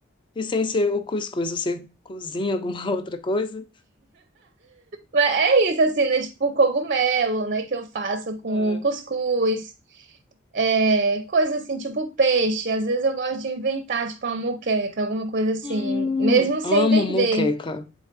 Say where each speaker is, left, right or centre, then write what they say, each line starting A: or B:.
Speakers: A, on the left; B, on the right.
A: e sem ser o cuscuz, você cozinha alguma <laughs> outra coisa?
B: Mas é isso, assim, né? Tipo, cogumelo, né? Que eu faço com
A: É.
B: cuscuz. É, coisa assim, tipo peixe. Às vezes eu gosto de inventar, tipo, uma moqueca, alguma coisa assim.
A: Hum,
B: Mesmo sem
A: amo
B: dendê.
A: moqueca.